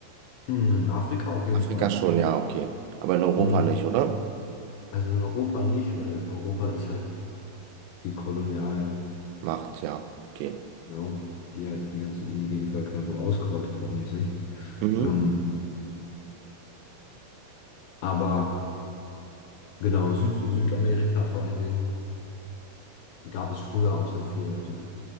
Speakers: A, on the left; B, on the right.
A: hm, in Afrika auf jeden
B: Afrika
A: Fall.
B: schon, ja, okay. Aber in Europa
A: Hm,
B: nicht, oder?
A: Also in Europa nicht, weil Europa ist halt die Kolonial,
B: Macht, ja, okay.
A: ja, die halt die ganzen indigenen Völker so ausgerottet hat mäßig.
B: Mhm.
A: Ähm, aber genau, Süd Südamerika vor allen Dingen gab es früher auch sehr viel. Also